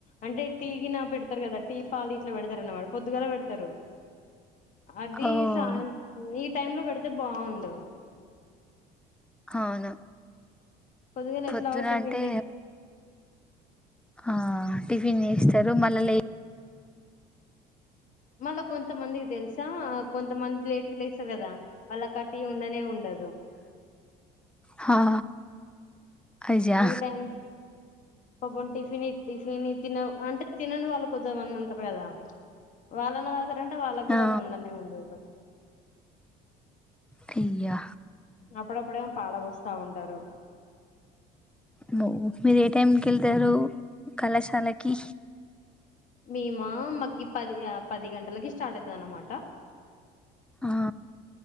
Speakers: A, on the left; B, in the centre.
A: అంటే టీ గిన పెడతారు కదా టీ పాలు ఇట్లా పె పెడతారు అన్నమాట పొద్దుగాల పెడతారు అది
B: ఓ
A: సాయ ఈ టైమ్ లో పెడితే బాఉండు
B: అవునా
A: పొద్దుగాల
B: పొద్దున
A: ఎట్లాగో టిఫిన్
B: అంటే
A: చేసి
B: ఆ టిఫిన్ చేస్తారు మళ్ళ లే
A: మళ్ళా కొంతమందికి తెలుసా కొంతమంది లేట్ గ లేస్తారు కదా వాళ్ళకి ఆ టీ ఉండనే ఉండదు
B: హా అజా
A: ఈ టైం పాపం టిఫిన్ టిఫిన్ తిన అంటే తినని వాళ్ళు కొద్ది మంది ఉంటారు కదా వాళ్ళన్న తాగుతారంటే వాళ్ళకి కూడా
B: ఆ
A: అది ఉండనే ఉండదు
B: అయ్యా
A: అప్పుడప్పుడేమో పాడ పోస్తా ఉంటారు
B: మో మీరు ఏ టైంకి వెళ్తారు కళాశాలకి
A: మేమా మాకి పది పది గంటలకి ఇ స్టార్ట్ అయిత అన్నమాట
B: ఆ